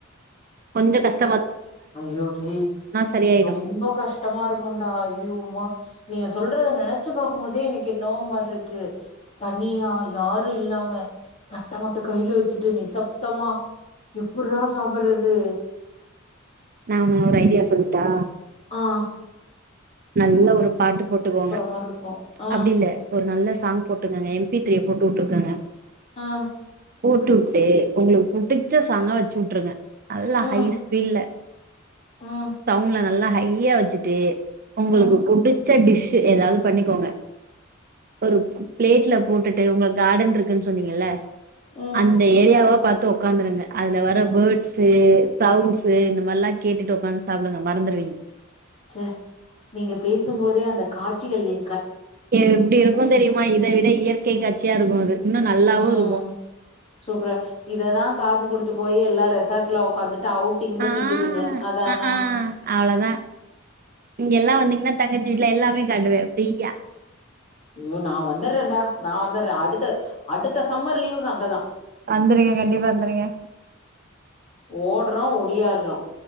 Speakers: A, on the right (about 45°); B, on the left (about 35°).
A: கொஞ்சோ கஷ்
B: ஐயோ டே
A: சரியாயிடு
B: ரொம்போ கஷ்டமா இருக்குன்டா ஐயோ அம்மா நீங்க சொல்றத நெனச்சு பாக்கும் போதே எனக்கு என்னவோ மார்ருக்கு தனியா யாரு இல்லாம தட்ட மட்டு கைய்ல வச்சுட்டு நிசப்தமா எப்புட்ரா சாப்புட்றது
A: நானு ஒரு ஐடியா சொல்ட்டா
B: ஆஹ்
A: நல்ல ஒரு பாட்டு போட்டுக்கோங்க
B: மாரி இருக்கு ஆ
A: அப்டி இல்ல ஒரு நல்ல சாங் போட்டுக்கோங்க எம்பி த்திய போட்டு விட்ருக்காங்க
B: ஆஹ்
A: போட்டு வுட்டு உங்களுக்கு புடுச்ச சாங்கா வச்சுவுட்ருங்க நல்லா
B: ம்
A: ஹை ஸ்பீட்ல
B: ம்
A: சவ்ண்ட்ல நல்லா ஹையா வச்சிட்டு உங்களுக்கு
B: ம்
A: புடிச் ச டிஷ் எதாது பண்ணிக்கோங்க <unintelligible> பிளேட்ல போட்டுட்டு உங்களுக்கு கார்டன் இருக்குன்னு சொன்னீங்கல்ல
B: ம்
A: அந்த ஏரியாவா பா உக்காந்துருங்க அதுல வர பேர்ட்ஸ் சவுண்ட்ஸ் இந்த மாரில்லா கேட்டுட்டு ஒக்காந்து சாப்பிடுங்க மறந்துருவீங்க
B: ச நீங்க பேசும் போதே அந்த காட்சிகள் எ
A: எப்டி இருக்கு தெரியுமா இதை விட இயற் கை காட்சியா இருக்கு அது இன்னு நல்லாவு
B: உம்
A: இருக்கு
B: சூப்பரா இததா காசு குடுத்து போய எல்லா ரெசார்ட்ல உக்காந்துட்டு ட அவுட்டிங்னு
A: ஆ
B: திங்குதுங்க அதான
A: ஆ அ ஆ அவ்ளோதா இங்க எல்லாம் வந்தீங்கன்னா தங்கச்சீட்டுல எல்லா கண்டுவா பிரீயா
B: யோ நா வந்துடுறேன்டா நா வந்துடுறே அடுத்த அடுத்த சம்மர் லீவுக்கு அங்கதா
A: வந்துருங்க கண்டிப்பா வந்துருங்க
B: ஓடுறோ உடியா ரம்